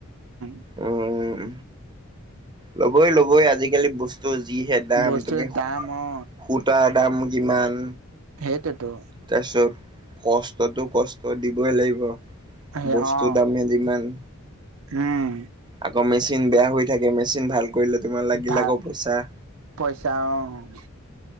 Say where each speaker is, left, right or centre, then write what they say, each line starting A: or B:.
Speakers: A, on the right; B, on the right.
A: <inaudible>
B: উম ল'বই, ল'বই আজিকালি বস্তু। ত যিহে দাম
A: বস্তুৰ
B: তুমি সূতা।
A: দাম অ,
B: সূতাৰ দাম যিমান
A: সেইটোতো
B: তাৰপিছ কষ্ট দিবই লাগিব,
A: সেই
B: বস্তু
A: অ,
B: দামহে যিমান।
A: উম।
B: আকৌ মেচিন বেয়া হৈ থাকে, মেচিন ভাল কৰিলে তোমাৰ লাগিল
A: ভাল
B: আকৌ পইচা।
A: পইচা অ',